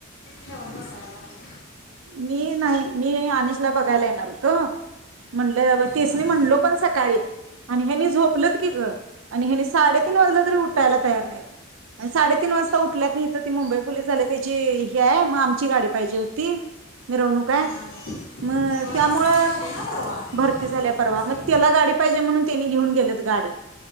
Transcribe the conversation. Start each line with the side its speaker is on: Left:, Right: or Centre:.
Left: ठेवून बसायला लागत.
Right: मी नाही मी आनिशला बघायला येणार होतो. म्हणलं तेचनी
Left: हां
Right: म्हणलो पण सकाळी आणि हयांनी झोपलत की ग आणि ह्यांनी साडेतीन वाजलं तरी उठायला तयार नाही आणि साडेतीन वाजता उठल्यात नाही तर ती मुंबई पुलीस झाली. त्याची ही आहे मग आमची गाडी पाहिजे होती. ती मिरवणूक आहे.
Left: हां
Right: मग
Left: होय
Right: त्यामुळ
Left: भरती झाली ना परवा
Right: भरती
Left: कुठं
Right: झाल्या
Left: कुठं
Right: परवा.
Left: सगळी
Right: मग त्याला गाडी पाहिजे म्हणून ते घेऊन गेलत गाडी.